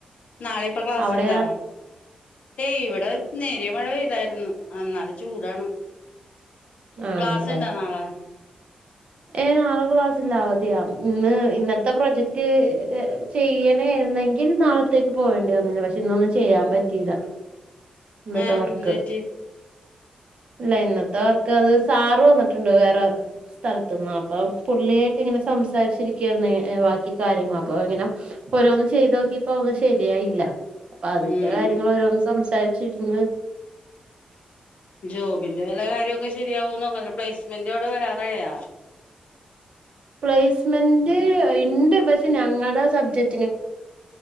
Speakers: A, on the left (about 60°); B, on the right (about 45°).
A: നാളെ ഇപ്പ ക്ലാസ്
B: അവിടെയോ
A: ഇണ്ടാ ഏയ് ഇവിടെ നേരിയ മഴ പെയ്താരുന്ന് അന്നാലും ചൂടാണ്.
B: ആണല്ലേ
A: ക്ലാസ്സുണ്ടോ നാളെ
B: ഏ നാളെ ക്ലാസ്സില്ല അവധിയാ ഇന്ന് ഇന്നത്തെ പ്രൊജക്റ്റ്‌ ചെയ്യണേ ആയിരുന്നെങ്കിൽ നാളത്തേക്ക് പോകേണ്ടി വന്നേനെ ഇന്നൊന്നും ചെയ്യാൻ പറ്റിയില്ല ഇന്നത്തെ
A: ഏഹ്
B: വർക്ക്‌
A: എന്ത് പറ്റി
B: അല്ല ഇന്നത്തെ വർക്ക്‌ അത് സാറ് വന്നിട്ടുണ്ട് വേറെ സ്ഥലത്ത്ന്നാ അപ്പം പുള്ളിയായിട്ട് ഇങ്ങനെ സംസാരിച്ച് ഇരിക്കെ ആരുന്നേ ബാക്കി കാര്യങ്ങൾ അപ്പം ഇങ്ങനെ ഓരോന്ന് ചെയ്ത് നോക്കിയപ്പം ഒന്നും ശെരി ആയില്ല അപ്പം അതിന്റെ
A: ഉം
B: കാര്യങ്ങൾ ഓരോന്ന് സംസാരി ച്ചിരുന്ന്
A: ജോബിന്റെ വെല്ല കാര്യോം ഒക്കെ ശെരിയാവോന്ന് നോക്ക് പ്ലേസ്മെന്റ് അത് വേറെയാ
B: പ്ലേസ്മെന്റ് ഇണ്ട് പക്ഷെ ഞങ്ങടെ സബ്ജെക്